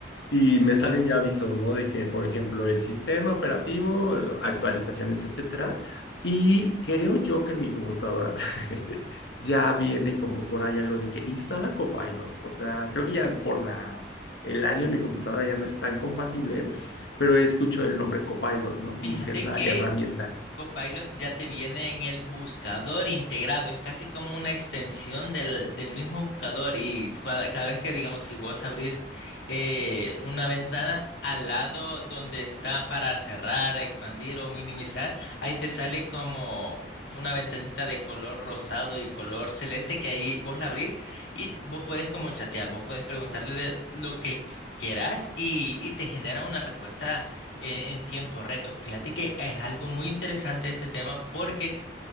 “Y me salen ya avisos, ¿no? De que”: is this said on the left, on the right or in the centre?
Left